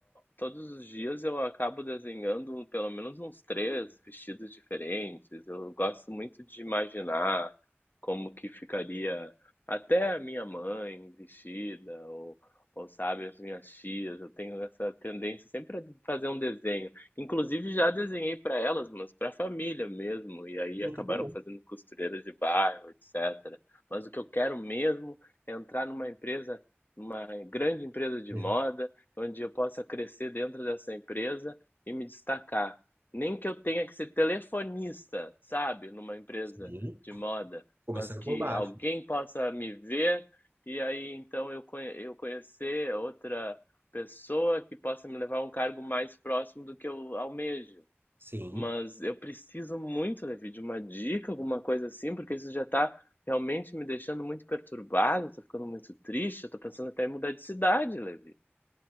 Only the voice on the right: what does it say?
Muito
bom.
É.
Sim,
começando
por baixo.
Sim,